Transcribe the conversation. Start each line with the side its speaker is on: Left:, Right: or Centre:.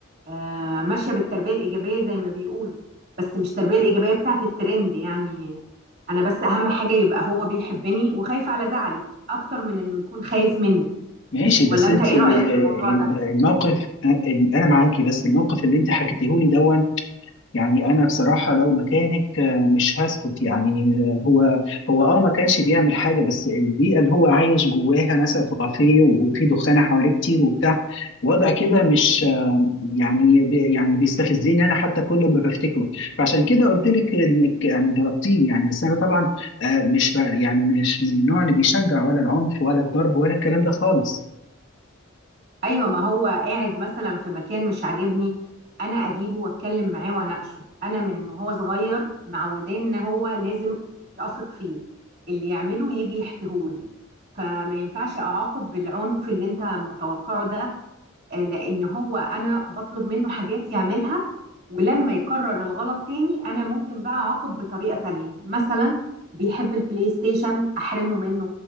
Right: آه، ماشيه بالتربيه الايجابيه زي ما بيقولوا بس مش التربيه الايجابيه بتاعت الترند يعني انا بس اهم حاجه يبقى هو بيحبني وخايف على زعلي اكتر من انه يكون خايف مني
Left: ماشي
Right: ولا
Left: بس
Right: انت
Left: انت
Right: ايه
Left: آه،
Right: رايك في الموضوع
Left: ال-
Right: ده
Left: الموقف آه، ال- انا معاكي بس الموقف اللي انت حكيته لي دون يعني انا بصراحة لو مكانك آه، مش هسكت يعني آه، هو هو اه ما كانش بيعمل حاجة بس البيئة اللي هو عايش جواها مثلا في كافيه وفي دخانة حواليه كتير وبتاع وضع كده مش يعني بي يعني بيستفزني انا حتى كل ما بفتكره فعشان كده قلت لك انك يعني ضربتيه يعني بس انا طبعا آه، مش ب- يعني مش من النوع اللي بيشجع ولا العنف ولا الضرب ولا الكلام ده خالص
Right: ايوه ما هو قاعد مثلا في مكان مش عاجبني انا اجيبه واتكلم معاه واناقشه انا من وهو صغير معوداه ان هو لازم اثق فيه اللي يعمله يجي يحكيهولي فما ينفعش اعاقب بالعنف اللي انت متوقعه ده آه، لان هو انا بطلب منه حاجات يعملها ولما يكرر الغلط تاني انا ممكن بقى اعاقب بطريقة تانية مثلا بيحب البلاي ستيشن احرمه منه